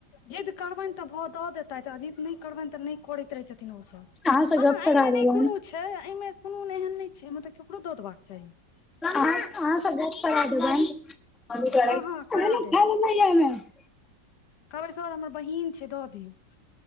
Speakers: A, on the left; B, in the centre.
A: जिद्द करबेन तऽ भऽ दऽ देतथि आ जिद्द नहि करबेन तऽ नहि करैत रहै छथिन ओ सभ
B: अहाँ से गप
A: एना
B: करा
A: एहिमे
B: देबनि
A: नहि कोनो छै एहिमे कोनो एहन नहि छै मतलब ककरो दऽ देबाक चाहि
B: <inaudible>
A: हँ हँ करा देब कहबै सर हमर बहिन छै दऽ दियौ